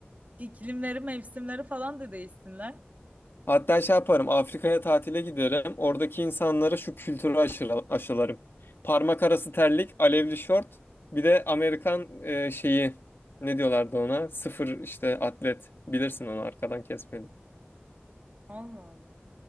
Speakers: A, on the right; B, on the left.
A: iklimleri, mevsimleri falan da değişsinler.
B: Hatta şey yaparım Afrika'ya tatile giderim. Oradaki insanlara şu kültürü aşıla- aşılarım. Parmak arası terlik, alevli şort, bir de Amerikan e, şeyi ne diyorlardı ona? Sıfır işte atlet. Bilirsin onu arkadan kesmeli.
A: Allah Allah.